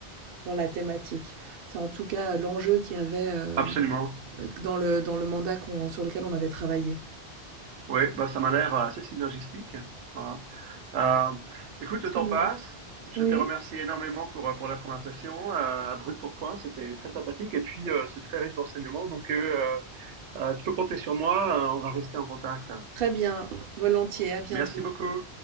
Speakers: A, on the right; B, on the right.
A: dans la thématique. C'est en tout cas euh, l'enjeu qu'il y avait euh,
B: absolument.
A: dans le dans le mandat qu'on- sur lequel on avait travaillé.
B: Oui, bah ça m'a l'air euh, assez synergistique. Voilà. Euh, écoute, le
A: Très
B: temps
A: bien.
B: passe. Je
A: Oui,
B: te remercie énormément pour, euh, pour la conversation. Euh, à brut pour point, c'était très sympathique et puis euh, c'est très riche d'enseignements. Donc, euh, euh, tu peux compter sur moi. Euh, on va rester en contact.
A: très bien. Volontiers, à bientôt.
B: Merci beaucoup.